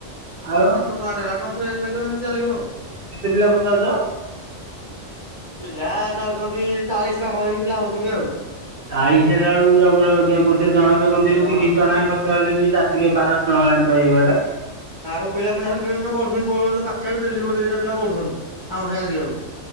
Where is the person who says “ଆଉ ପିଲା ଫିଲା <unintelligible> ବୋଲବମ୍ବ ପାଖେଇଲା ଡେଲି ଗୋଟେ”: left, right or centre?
Left